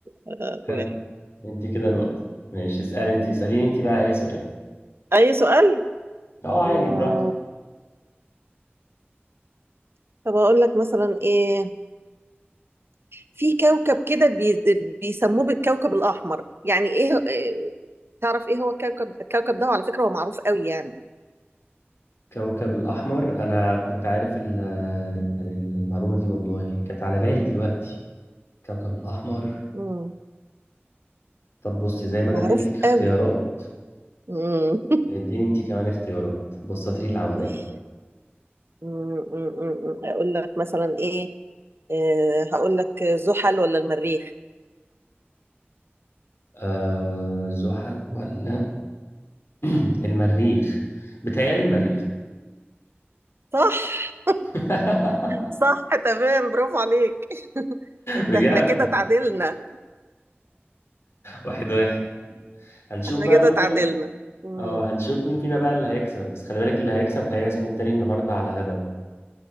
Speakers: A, on the right (about 65°); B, on the left (about 75°).
A: آه،
B: خد
A: واحد
B: انت كده نقطة ماشي اسألي انت اسأليني انت بقى اي سؤال
A: أي سؤال؟
B: اه عادي
A: مم.
B: براحتك
A: طب أقول لك مثلا إيه في كوكب كده بي... بيسموه بالكوكب الأحمر يعني إيه هو- إيه- تعرف إيه هو كوكب الكوكب ده وعلى فكرة هو معروف قوي يعني
B: كوكب الأحمر أنا كنت عارف ال- المعلومة دي والله كانت على بالي دلوقتي كوكب الأحمر
A: مم.
B: طب بصي زي ما أنا
A: معروف
B: اديت لك اختيارات
A: قوي مم.
B: اديني انت كمان اختيارات بسطي لي العملية
A: <laughs> مم، مم، مم. اقول لك مثلا ايه آه، هقول لك زحل ولا المريخ
B: آه زحل ولا <clears throat> المريخ بتهيألي المريخ
A: صح
B: <laughs>
A: صح تمام برافو عليك <laughs> انت
B: بجد
A: احنا كده تعادلنا
B: واحد واحد هنشوف
A: احنا
B: بقى
A: كده
B: مين فينا
A: تعادلنا مم.
B: اه هنشوف مين فينا بقى اللي هيكسب بس خلي بالك اللي هيكسب هيعزم التاني النهارده على غدا